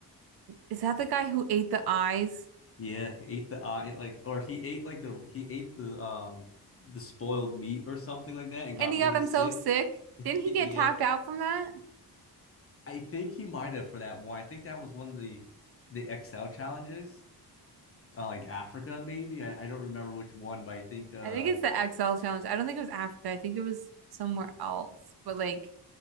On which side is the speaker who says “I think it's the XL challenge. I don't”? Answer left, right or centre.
Right